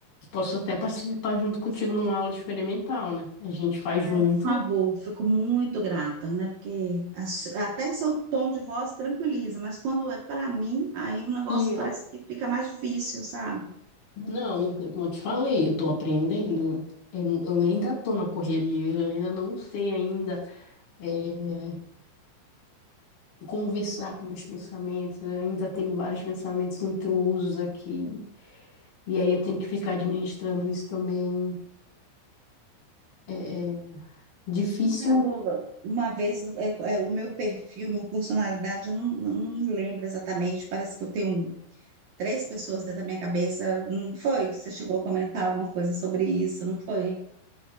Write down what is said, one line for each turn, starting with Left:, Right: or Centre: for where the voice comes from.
Left: posso até participar junto contigo numa aula experimental, né? A gente faz junto
Right: Por favor, fico muito grata, né? Porque as- até seu tom de voz tranquiliza, mas quando é para mim, aí o negócio
Left: e,
Right: parece
Left: ó,
Right: que fica mais difícil, sabe?
Left: não, como eu te falei, eu tô aprendendo. Eu, eu ainda tô na correria, eu ainda não sei ainda é, conversar com meus pensamentos, eu ainda tenho vários pensamentos intrusos aqui. E aí eu tenho que ficar administrando isso também. É, é difícil
Right: Caramba. Uma vez, é, é, o meu perfil, minha personalidade, eu não, não, não me lembro exatamente, parece que eu tenho três pessoas dentro da minha cabeça. Não foi? que Você chegou a comentar alguma coisa sobre isso, não foi?